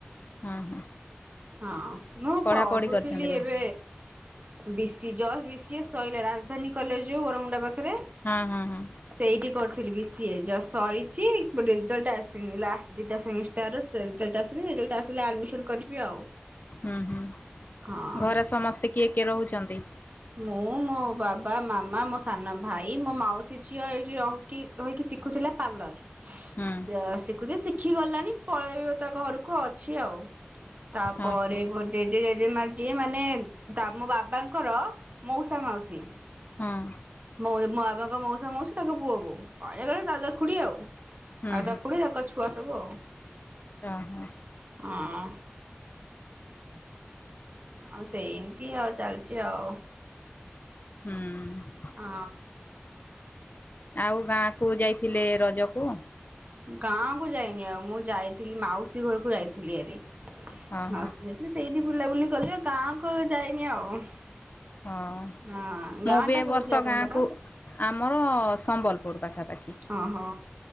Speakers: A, on the left (about 45°); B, on the right (about 40°).
A: ହଁ ହଁ।
B: ହଁ ମୁଁ
A: ପଢ଼ାପଢ଼ି
B: ପଢୁଥିଲି
A: କରିଛନ୍ତି ବୋଧେ
B: ଏବେ ବିସି ଜଜ ବିସି ଏ ସଇଲା ରାଜଧାନୀ କଲେଜ୍ ଯୋଉ ବରମୁଣ୍ଡା ପାଖରେ
A: ହଁ ହଁ ହଁ
B: ସେଇଠି କରିଥିଲି ବି ସି ଏ ଜଷ୍ଟ୍ ସରିଚି ରେଜଲ୍ଟ ଆସିନି ଲାଷ୍ଟ ଦିଟା ସେମିଷ୍ଟା ତାର ସେ ରିଜଲ୍ଟ ଆସିନି ରିଜଲ୍ଟ ଆସିଲେ ଆଡମିସନ କରିବି ଆଉ
A: ହୁଁ ହୁଁ
B: ହଁ।
A: ଘରେ ସମସ୍ତେ କିଏ କିଏ ରହୁଛନ୍ତି।
B: ମୁଁ ମୋ ବାବା ମାମା ମୋ ସାନ ଭାଇ ମୋ ମାଉସୀ ଝିଅ ଏଇଠି ରହୁକି ରହିକି ଶିଖୁଥିଲା ପାର୍ଲର
A: ହୁଁ
B: ତ ଶିକୁଚି ଶିଖି ଗଲାନି ପଳେଇବ ତା ଘରକୁ ଅଛି ଆଉ ତାପରେ
A: ହଁ ହଁ
B: ମୋ ଜେଜେ ଜେଜେ ମା ଯିଏ ମାନେ ତା ମୋ ବାବାଙ୍କର ମଉସା ମାଉସୀ
A: ହଁ।
B: ମୋ ଏ ମୋ ବାବାଙ୍କ ମଉସା ମଉସୀ ତାଙ୍କ ପୁଅ ବୋହୁ ଏ ଦାଦା ଖୁଡି ଆଉ ଦାଦା
A: ହୁଁ
B: ଖୁଡି ତାଙ୍କ ଛୁଆ ସବୁ ଆଉ।
A: ହ ହଁ।
B: ହଁ। ହଁ ସେମତି ଆଉ ଚାଲିଛି ଆଉ।
A: ହୁ।
B: ଅ
A: ଆଉ ଗାଁ କୁ ଯାଇଥିଲେ ରଜକୁ।
B: ଗାଁ କୁ ଯାଇନି ଆଉ ମୁଁ ଯାଇଥିଲି ମାଉସୀ ଘରକୁ ଯାଇଥିଲି ହେରି। ମାଉସୀ
A: ହଁ ହଁ
B: ଯାଇଥିଲି ସେଇଠି ବୁଲାବୁଲି କଲି ଆଉ ଗାଁକୁ ଯାଇନି ଆଉ।
A: ହଁ
B: ହଁ ଗାଁ
A: ମୁଁ ବି
B: ଟା
A: ଏ
B: କୋଉଠି
A: ବର୍ଷ
B: ଆପଣଙ୍କର?
A: ଗାଁ କୁ ଆମର ସମ୍ବଲପୁର ପାଖାପାଖି।
B: ହଁ ହଁ